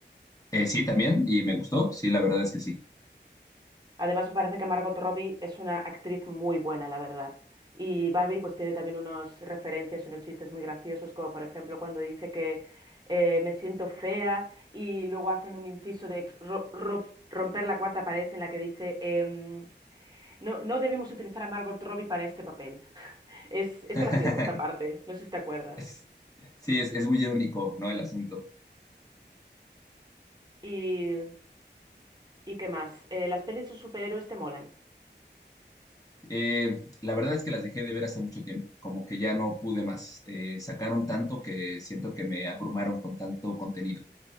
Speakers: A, on the left; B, on the right.
A: Eh, sí, también, y me gustó, sí, la verdad es que sí.
B: Además, me parece que Margot Robbie es una actriz muy buena, la verdad. Y Barbie pues tiene también unos referencias y unos chistes muy graciosos, como por ejemplo cuando dice que eh, me siento fea y luego hacen un inciso de ro- ro- romper la cuarta pared en la que dice em, no, no debemos utilizar a Margot Robbie para este papel. Es,
A: <laughs>
B: es gracioso esta parte, no sé si te acuerdas.
A: Es- sí, es, es muy irónico, ¿no? El asunto.
B: ¿Y, y qué más? Eh, ¿las pelis de superhéroes te molan?
A: Eh, la verdad es que las dejé de ver hace mucho tiempo, como que ya no pude más. Eh, sacaron tanto que siento que me abrumaron con tanto contenido.